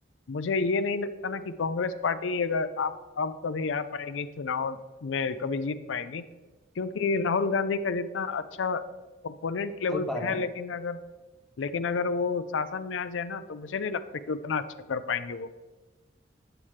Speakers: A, on the left; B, in the centre.
A: मुझे ये नहीं लगता ना कि कांग्रेस पार्टी अगर आप अब कभी आ पाएगी चुनाव में कभी जीत पाएगी क्योंकि राहुल गांधी का जितना अच्छा ओपोनेंट लेवल
B: चल पा
A: पे
B: रहे
A: है
B: हैं
A: लेकिन अगर लेकिन अगर वो शासन में आ जाए ना तो मुझे नहीं लगता कि उतना अच्छा कर पाएंगे वो